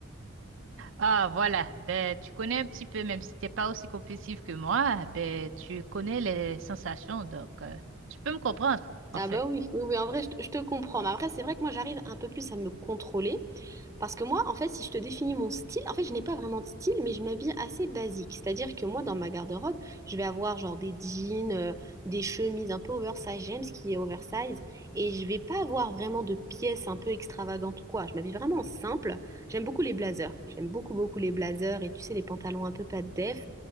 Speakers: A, on the right; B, on the right.
A: Ah, voilà. Ben, tu connais un petit peu, même si t'es pas aussi compulsif que moi, ben, tu connais les sensations, donc euh, tu peux me comprendre, enfin.
B: Ah bah oui, oui, oui, en vrai, je, te je te comprends. Mais après, c'est vrai que moi, j'arrive un peu plus à me contrôler. Parce que moi, en fait, si je te définis mon style, en fait, je n'ai pas vraiment de style, mais je m'habille assez basique. C'est-à-dire que moi, dans ma garde-robe, je vais avoir genre des jeans, euh, des chemises un peu oversize. J'aime ce qui est oversize. Et je vais pas avoir vraiment de pièces un peu extravagantes ou quoi. Je m'habille vraiment simple. J'aime beaucoup les blazers. J'aime beaucoup, beaucoup les blazers et tu sais, les pantalons un peu pas de def.